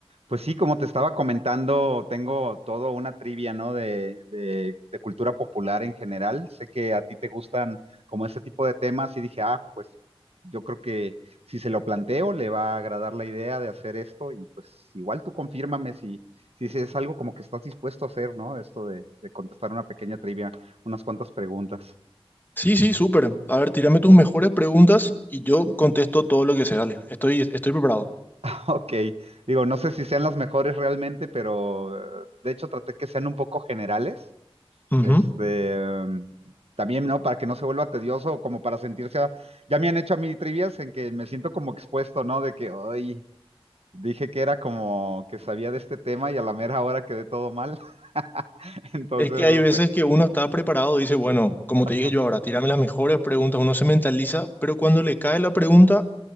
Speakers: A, on the right; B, on the left.
A: Pues sí, como te estaba comentando, tengo todo una trivia, ¿no? De, de- de cultura popular en general. Sé que a ti te gustan como ese tipo de temas y dije, ah, pues yo creo que si se lo planteo, le va a agradar la idea de hacer esto y pues igual tú confírmame si, si es algo como que estás dispuesto a hacer, ¿no? Esto de, de contestar una pequeña trivia, unas cuantas preguntas.
B: Sí, sí, súper. A ver, tírame tus mejores preguntas y yo contesto todo lo que se Dale, estoy, estoy preparado.
A: <laughs> Ok, digo, no sé si sean las mejores realmente, pero eh, de hecho traté que sean un poco generales
B: Ujú.
A: Este, em, también, ¿no? Para que no se vuelva tedioso, como para sentirse, a- ya me han hecho a mí trivias en que me siento como expuesto, ¿no? De que, hoy dije que era como que sabía de este tema y a la mera hora quedé todo mal. <laughs> Entonces,
B: Es que hay veces
A: este,
B: que uno está preparado y dice, bueno, como
A: ajá.
B: te dije yo ahora, tírame las mejores preguntas, uno se mentaliza, pero cuando le cae la pregunta,